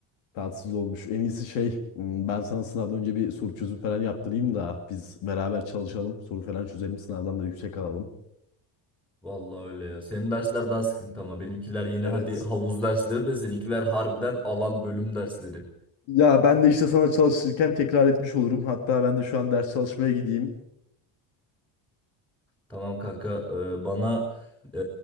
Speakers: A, on the left; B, in the centre.
A: Tatsız olmuş. En iyisi şey, m, ben sana sınavdan önce bir soru çözüm falan yaptırayım da biz beraber çalışalım. Soru falan çözelim, sınavdan da yüksek alalım.
B: Vallahi öyle ya. Senin dersler daha sıkıntı ama benimkiler yine
A: Evet.
B: hadi havuz dersleri de seninkiler harbiden alan bölüm dersleri.
A: Ya ben de işte sana çalışırken tekrar etmiş olurum. Hatta ben de şu an ders çalışmaya gideyim.
B: Tamam kanka e, bana e,